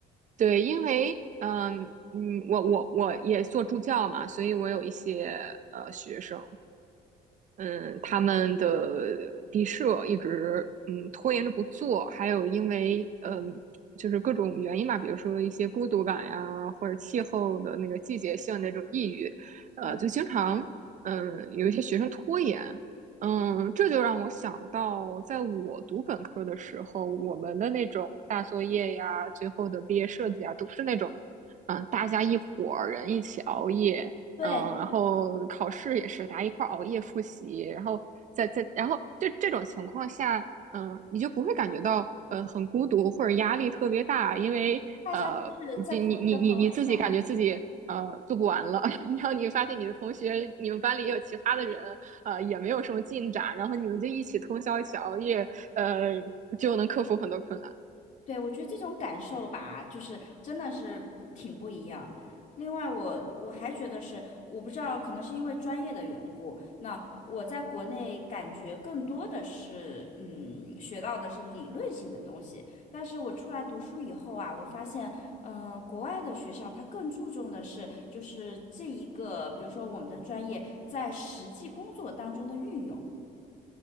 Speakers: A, on the right; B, on the left.
A: 对，因为嗯嗯，我我我也做助教嘛，所以我有一些呃学生，嗯，他们的毕设一直嗯拖延着不做，还有因为嗯就是各种原因吧，比如说一些孤独感呀，或者气候的那个季节性的那种抑郁，呃，
B: 嗯，
A: 就经常嗯有一些学生拖延，嗯，这就让我想到，在我读本科的时候，我们的那种大作业呀，最后的毕业设计啊，都是那种嗯大家一伙儿人一起熬夜，
B: 对。
A: 嗯，然后考试也是大家一块儿熬夜复习，然后再再然后这这种情况下，嗯，你就不会感觉到呃很孤独或者压力特别大，因为呃你你你你你自己感觉自己呃做不完了，
B: 大家都是在同一个氛围下，
A: <laughs> 然后你发现你的同学，你们班里也有其他的人，呃也没有什么进展，然后你们就一起通宵一起熬夜，呃就能克服很多困难。
B: 对，我觉得这种感受吧，就是真的是挺不一样。另外我，我还觉得是，我不知道，可能是因为专业的缘故，那我在国内感觉更多的是，嗯，学到的是理论性的东西。但是我出来读书以后啊，我发现，嗯、国外的学校它更注重的是，就是这一个，比如说我们的专业在实际工作当中的运用。